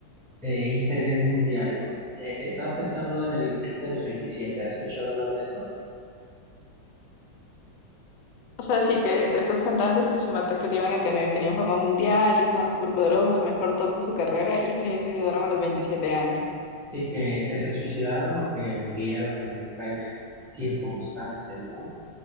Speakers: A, in the centre; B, on the left.
A: de interés mundial, ¿no? Eh, estaba pensando en el Club de los 27, ¿has escuchado hablar de eso?
B: O sea, sí que de estos cantantes que se mató que te iban a tener, tenían fama mundial y estaban súper poderosos, el mejor top de su carrera y se suicidaron a los 27 años.
A: Sí, que, que se suicidaron o que murieron en extrañas circunstancias, ¿no?